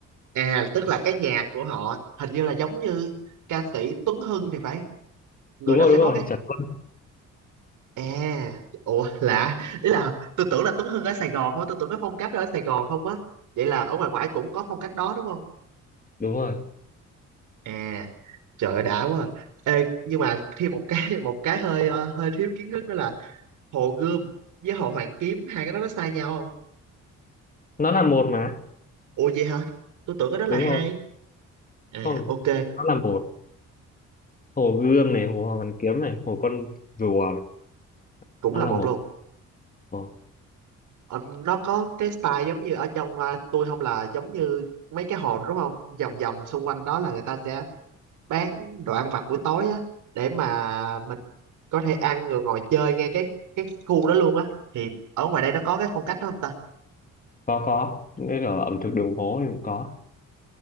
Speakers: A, on the right; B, on the left.
A: À, tức là cái nhà của họ hình như là giống như ca sĩ Tuấn Hưng thì phải. Người
B: đúng
A: đó
B: rồi
A: sẽ
B: đúng
A: có
B: rồi
A: cái
B: Trần Tuấn,
A: À, ủa lạ, ý là tôi tưởng là Tuấn Hưng ở Sài Gòn thôi, tôi tưởng cái phong cách đó ở Sài Gòn không á. Vậy là ở ngoài ngoại cũng có phong cách đó đúng không?
B: đúng rồi
A: à trời ơi đã quá à. Ê, nhưng mà thêm một cái <laughs> một cái hơi ờ, hơi thiếu kiến thức đó là hồ gươm với hồ hoàn kiếm hai cái đó nó sai nhau không
B: nó là một mà
A: ủa vậy hả tôi tưởng cái đó là
B: đúng
A: hai
B: rồi
A: à
B: không
A: ok
B: nó là một Hồ Gươm này Hồ Hoàn Kiếm này Hồ Con Rùa này.
A: cũng
B: nó
A: là
B: là
A: một
B: một
A: luôn
B: Ồ,
A: Ờ, nó có cái style giống như ở trong ờ, tôi không là giống như mấy cái hồ đó đúng không vòng vòng xung quanh đó là người ta sẽ bán đồ ăn vặt buổi tối á để mà mình có thể ăn rồi ngồi chơi ngay cái cái khu đó luôn á thì ở ngoài đây nó có cái phong cách đó không ta
B: có có những cái ở ẩm thực đường phố thì cũng có